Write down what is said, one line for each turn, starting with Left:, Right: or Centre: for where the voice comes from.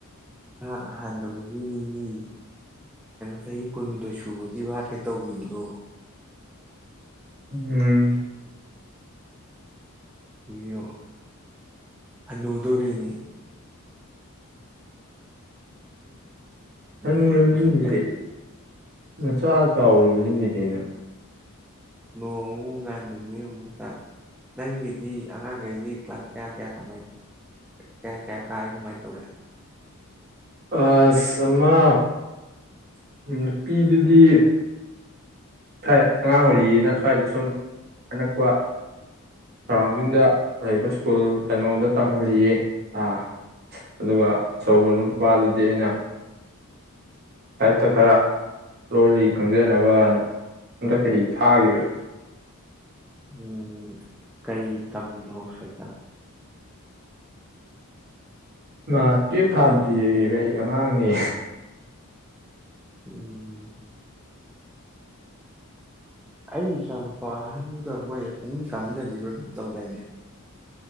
Centre: ꯅꯍꯥꯛ ꯍꯟꯊ ꯑꯣꯏ ꯃꯤꯅꯤꯡꯉꯤ ꯆꯍꯤ ꯀꯨꯟꯍꯨꯝꯗꯣꯏ ꯁꯨꯕꯒꯤ ꯋꯥꯠꯇꯦ ꯇꯧꯈꯤꯕꯗꯣ
Right: ꯎꯝ
Centre: ꯌꯣ ꯍꯥꯅꯨꯗꯧꯔꯦꯅꯦ
Right: ꯍꯅꯨꯔꯔꯕꯅꯤꯅꯦ
Centre: ꯁꯨꯃꯥꯏꯅ ꯁꯨꯝ ꯇꯧꯋꯤ
Right: ꯑꯩ ꯅꯆꯥ ꯆꯥꯎꯔꯕꯅꯤꯅ ꯍꯦ ꯅꯪ
Centre: ꯅꯣꯡꯃꯨꯛ ꯉꯥꯜꯒꯅꯨꯃꯤ ꯑꯃꯨꯛ ꯇꯥ ꯅꯪꯒꯤꯗꯤ ꯑꯉꯥꯡꯈꯩꯗꯤ ꯀ꯭ꯂꯥꯁ ꯀꯌꯥ ꯀꯌꯥ ꯀꯃꯥꯏ ꯀꯌꯥ ꯀꯌꯥ ꯀꯥꯔꯦ ꯀꯃꯥꯏ ꯇꯧꯔꯦ
Right: ꯑꯁ ꯑꯃ ꯅꯨꯄꯤꯗꯨꯗꯤ ꯊꯏ ꯑꯉꯥꯡ ꯑꯣꯏꯔꯤꯅ ꯁ꯭ꯋꯥꯏꯗ ꯁꯨꯝ ꯑꯅꯛꯄ ꯁꯔꯥꯎꯟꯗꯤꯡꯗ ꯂꯩꯕ ꯁ꯭ꯀꯨꯜ ꯀꯩꯅꯣꯗ ꯇꯝꯍꯜꯂꯤꯌꯦ ꯑꯥ ꯑꯗꯨꯒ ꯑꯆꯧꯕ ꯅꯨꯄꯥꯗꯨꯗꯤ ꯑꯩꯅ ꯁꯥꯏꯠꯇ ꯈꯔ ꯂꯣꯜꯂꯤ ꯈꯪꯖꯅꯕꯅ ꯍꯟꯗꯛ ꯆꯍꯤ ꯊꯥꯈꯤꯕꯅꯤ
Centre: ꯎꯝ ꯀꯩ ꯇꯝꯃꯤꯅ ꯑꯣꯁꯥꯏꯇ
Right: ꯃꯥ ꯇꯨꯌꯦꯞ ꯊꯥꯗ꯭ꯔꯤꯌꯦ ꯑꯩ ꯑꯩ ꯑꯉꯥꯡꯅꯦ
Centre: ꯎꯝ ꯑꯩꯒꯤ ꯏꯆꯥꯅꯨ ꯄꯍꯟꯒ ꯃꯣꯏ ꯄꯨꯛꯃꯤꯟ ꯀꯥꯃꯤꯟꯅꯈꯤꯕ꯭ꯔꯥ ꯀꯩꯅꯣ ꯇꯧꯗꯥꯏꯅꯦ